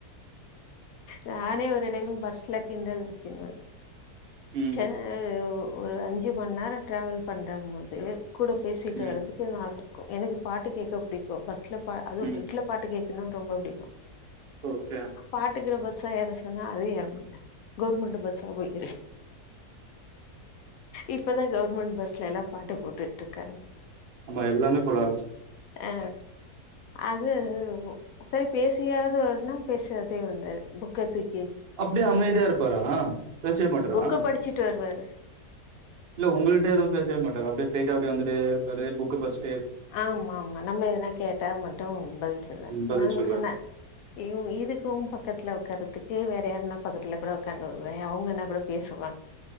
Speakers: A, on the left (about 70°); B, on the right (about 50°).
A: நானே ஒரு டைம் பஸ்ல கிண்டல் அடிச்சிருந்த
B: ம்.
A: சென்னையோ ஒரு அஞ்சு மண்நேர டிராவல் பண்றம்போது கூட பேசிட்டு
B: ம்.
A: வறதுக்கு நாங்க க்கு எனக்கு பாட்டு கேக்க புடிக்கு பஸ்ல பா அதுவு
B: ம்.
A: பட்ஸ்ல பாட்டு கேக் இன்னு ரொம்ப புடிக்கு
B: ஓகே
A: பாட்டுக்கற பஸ் ஸா ஏற சொன்னா அதுவு ஏறமாட்டங்க கவுர்மெண்ட் பஸ்ஸா போய் ஏறு இப்பதா கவர்மெண்ட் பஸ்ல எல்லா பாட்டு போட்டுட்டு இருக்காங்க
B: ஆமா எல்லாமே போட ஆரம்பிச்சி
A: ஆ, அது சேரி பேசியாது வரனா பேசாதே வந்தாரு புக்க தூக்
B: அப்டியே அமைதியா இருப்பாரா பேசவே மாட்டாறா
A: புக்க படிச்சுட்டு வருவாரு
B: இல்ல உங்களிட்டயே எதுவுமே பேசவே மாட்டாற அப்டியே ஸ்டிரை அப்டி வந்துட்டே இருப்பாரு புக் படிச்சி
A: ஆமா ஆமா நம்ம எனா கேட்டா மட்டும் பதில் சொல்வார்
B: ம் பதில்
A: நாங்க
B: சொல்லுவாரு
A: சொன்னே இ இதுக்கும் பக்கத்துல உட்காறதுக்கும் இதே வேற யாருன்னா பக்கத்துல கூட உக்காந்து வருவே அவங்கன்னா கூட பேசுவங்க